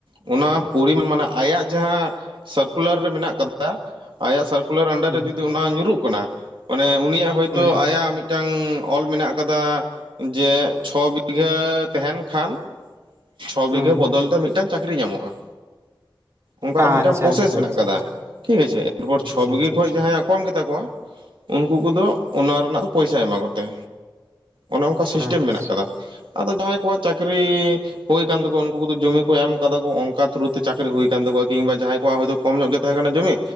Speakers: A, on the right (about 80°); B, on the right (about 35°).
A: ᱚᱱᱟ ᱯᱚᱨᱤᱢᱟᱱ ᱢᱟᱱᱮ ᱟᱭᱟᱜ ᱡᱟᱦᱟᱸ ᱥᱟᱨᱠᱩᱞᱟᱨ ᱨᱮ ᱢᱮᱱᱟᱜ ᱠᱟᱫᱟ, ᱟᱭᱟᱜ ᱥᱟᱨᱠᱩᱞᱟᱨ ᱟᱱᱰᱟᱨ
B: ᱦᱩᱸ
A: ᱨᱮ ᱡᱩᱫᱤ ᱚᱱᱟ ᱧᱩᱨᱩᱜ ᱠᱟᱱᱟ ᱢᱟᱱᱮ ᱩᱱᱤᱭᱟᱜ ᱦᱳᱭ
B: ᱦᱩᱸ
A: ᱛᱳ ᱟᱭᱟᱜ ᱢᱤᱫᱴᱟᱝ ᱚᱞ ᱢᱮᱱᱟᱜ ᱟᱠᱟᱫᱟ ᱡᱮ ᱪᱷᱚ ᱵᱤᱜᱷᱟᱹ ᱛᱟᱸᱦᱮᱱ ᱠᱷᱟᱱ ᱪᱷᱚ
B: ᱦᱩᱸ
A: ᱵᱤᱜᱷᱟᱹ ᱵᱚᱫᱚᱞ ᱛᱮ ᱢᱤᱫᱴᱟᱝ ᱪᱟᱹᱠᱨᱤ ᱧᱟᱢᱚᱜᱼᱟ᱾ ᱚᱱᱠᱟᱱᱟᱜ
B: ᱟᱪᱪᱷᱟ
A: ᱢᱤᱫᱴᱟᱝ ᱯᱨᱚᱥᱮᱥ
B: ᱟᱪᱪᱷᱟ
A: ᱢᱮᱱᱟᱜ
B: ᱟᱪᱪᱷᱟ
A: ᱟᱠᱟᱫᱟ
B: ᱟᱪᱪᱷᱟ
A: ᱴᱷᱤᱠ ᱟᱪᱷᱮ ᱮᱨᱯᱚᱨ
B: ᱟᱪᱪᱷᱟ
A: ᱪᱷᱚ ᱵᱤᱜᱤ
B: ᱟᱪᱪᱷᱟ
A: ᱠᱷᱚᱱ ᱡᱟᱦᱟᱸᱭᱟᱜ ᱠᱚᱢ ᱜᱮᱛᱟ ᱠᱚᱣᱟ ᱩᱱᱠᱩ ᱠᱚᱫᱚ ᱚᱱᱟ ᱨᱮᱱᱟᱜ ᱫᱚ ᱯᱚᱭᱥᱟᱭ ᱮᱢᱟ ᱠᱚᱛᱮ, ᱚᱱᱮ ᱚᱱᱠᱟ
B: ᱟᱪᱪᱷᱟ
A: ᱥᱤᱥᱴᱮᱢ ᱢᱮᱱᱟᱜ ᱟᱠᱟᱫᱟ ᱟᱫᱚ ᱡᱟᱦᱟᱸᱭ ᱠᱚᱣᱟᱜ ᱪᱟᱹᱠᱨᱤ ᱦᱩᱭ ᱠᱟᱱ ᱛᱟᱠᱚᱣᱟ ᱩᱱᱠᱩ ᱠᱚᱫᱚ ᱡᱚᱢᱤ ᱠᱚ ᱮᱢ ᱠᱟᱫᱟ ᱠᱚ ᱚᱱᱠᱟ ᱛᱷᱨᱩ ᱛᱮ ᱪᱟᱹᱠᱨᱤ ᱦᱩᱭ ᱠᱟᱱ ᱛᱟᱠᱚᱣᱟ ᱠᱤᱢᱵᱟ ᱡᱟᱦᱟᱸᱭ ᱠᱚᱣᱟᱜ ᱦᱚᱭ ᱛᱳ ᱠᱚᱢ ᱧᱚᱜ ᱜᱮ ᱛᱟᱦᱮᱸ ᱠᱟᱱᱟ ᱡᱚᱢᱤ